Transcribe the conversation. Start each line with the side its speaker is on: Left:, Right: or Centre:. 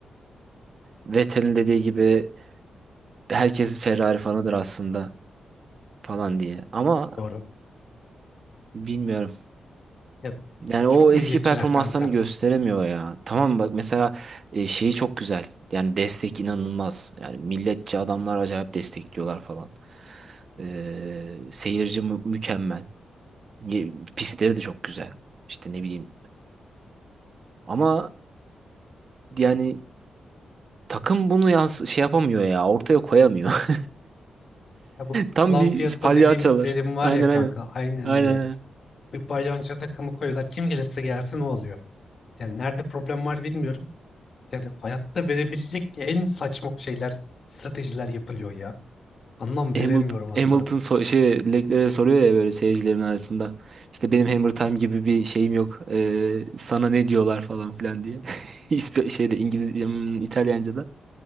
Right: Vettel'in dediği gibi herkes Ferrari fanıdır aslında falan diye. Ama
Left: doğru.
Right: bilmiyorum.
Left: Ya
Right: Yani
Left: çok
Right: o
Left: milliyetçiler
Right: eski performanslarını
Left: kanka.
Right: gösteremiyor ya. Tamam bak mesela e, şeyi çok güzel. Yani destek inanılmaz. Yani milletçi adamlar acayip destekliyorlar falan. Ee, seyirci mü- mükemmel. Ye- Pistleri de çok güzel. İşte ne bileyim. Ama yani takım bunu yans şey yapamıyor ya. Ortaya koyamıyor. <laughs>
Left: Ya bu
Right: Tam
Left: Clan
Right: bir
Left: Fiesta
Right: palyaçolar.
Left: dediğimiz terim var
Right: Aynen
Left: ya kanka
Right: aynen.
Left: aynen
Right: Aynen
Left: öyle.
Right: aynen.
Left: Bir balyonca takımı koyuyorlar. Kim gelirse gelsin o oluyor. Yani nerede problem var bilmiyorum. Yani hayatta verebilecek en saçma şeyler, stratejiler yapılıyor ya. Anlam
Right: Hamilton,
Left: veremiyorum asla.
Right: Hamilton so- şey Leclerc'e soruyor ya böyle seyircilerin arasında. İşte benim Hammer Time gibi bir şeyim yok. Ee, sana ne diyorlar falan filan diye. <laughs> İsp- şeyde İngilizce, hmm, İtalyanca'da.